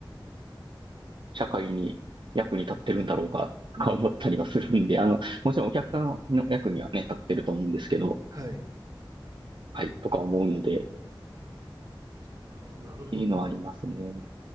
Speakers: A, on the right (about 65°); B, on the right (about 40°).
A: 社会に役に立ってるんだろうか、とか思ったりはするんで、あの、もちろんお客さんの役にはね、立ってると思うんですけど、
B: はい。
A: はい、とか思うので、っ
B: あ、なるほど。
A: ていうのはありますね。